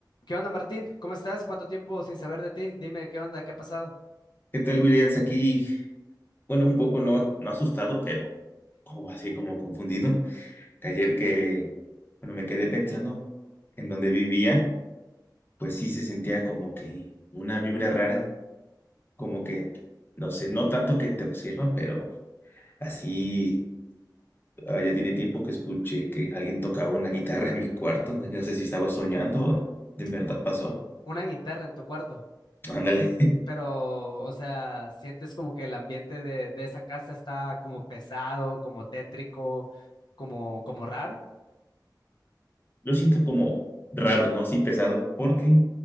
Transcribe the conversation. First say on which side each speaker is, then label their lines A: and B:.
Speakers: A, on the left; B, on the left.
A: ¿Qué onda, Martín? ¿Cómo estás? ¿Cuánto tiempo sin saber de ti? Dime, ¿qué onda? ¿Qué ha pasado?
B: ¿Qué tal, Williams? Aquí, bueno, un poco no, no asustado, pero como así, como confundido. Que ayer que, bueno, me quedé pensando en donde vivía, pues sí se sentía como que una vibra rara, como que, no sé, no tanto que te observan, pero así, ah, ya tiene tiempo que escuché que alguien tocaba una guitarra en mi cuarto, no, No sé si estaba soñando o de verdad
A: Un-
B: pasó.
A: una guitarra en tu cuarto,
B: Ándale, <laughs>
A: pero, o sea, ¿sientes como que el ambiente de, de esa casa está como pesado, como tétrico, como, como raro?
B: lo siento como raros, ¿no? Sí, pesado, porque...